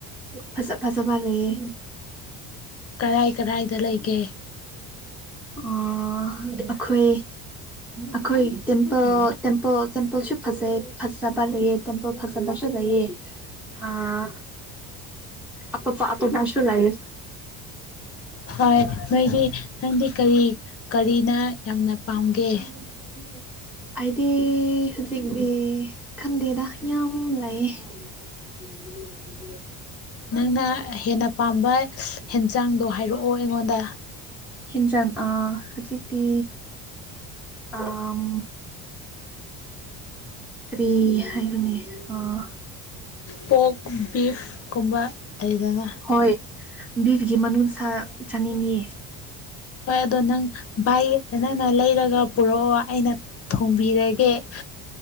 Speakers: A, in the centre; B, on the left.
A: ꯐꯖ ꯐꯖꯕ ꯂꯩꯌꯦ
B: ꯀꯔꯥꯏ ꯀꯔꯥꯏꯗ ꯂꯩꯒꯦ
A: ꯑꯥ ꯑꯈꯣꯏ ꯑꯈꯣꯏꯒꯤ ꯇꯦꯝꯄꯜ ꯇꯦꯝꯄꯜ ꯇꯦꯝꯄꯜꯁꯨ ꯐꯖꯩ ꯐꯖꯕ ꯂꯩꯌꯦ ꯇꯦꯝꯄꯜ ꯐꯖꯕꯁꯨ ꯂꯩꯌꯦ ꯑꯥ ꯑꯇꯣꯞꯄ ꯑꯇꯣꯞꯄꯁꯨ ꯂꯩꯌꯦ
B: ꯍꯣꯏ ꯅꯣꯏꯒꯤ ꯅꯪꯗꯤ ꯀꯔꯤ ꯀꯔꯤ ꯑꯩꯅ ꯌꯥꯝꯅ
A: <unintelligible>
B: ꯄꯥꯝꯒꯦ
A: ꯑꯩꯗꯤ ꯍꯨꯖꯤꯛꯇꯤ ꯈꯪꯗꯦꯗ ꯌꯥꯝ ꯂꯩꯌꯦ <unintelligible>
B: ꯅꯪꯅ ꯍꯦꯟꯅ ꯄꯥꯝꯕ ꯍꯦꯟ ꯆꯥꯡꯗꯣ ꯍꯥꯏꯔꯛꯑꯣ ꯑꯩꯉꯣꯟꯗ
A: ꯍꯤꯟꯖꯡ ꯑꯥ ꯍꯨꯖꯤꯛꯇꯤ ꯑꯥꯝ ꯀꯔꯤ ꯍꯥꯏꯒꯅꯤ ꯑꯥ
B: ꯇꯣꯡ ꯎꯝ ꯕꯤꯐ ꯀꯨꯝꯕ ꯂꯩꯗꯅ
A: ꯍꯣꯏ ꯕꯤꯐꯒꯤ ꯃꯅꯨꯡ ꯁꯥ ꯆꯅꯤꯡꯉꯦ
B: ꯍꯣꯏ ꯑꯗꯣ ꯅꯪ ꯚꯥꯏ ꯅꯪꯅ ꯂꯩꯔꯒ ꯄꯨꯔꯛꯑꯣ ꯑꯩꯅ ꯊꯣꯡꯕꯤꯔꯒꯦ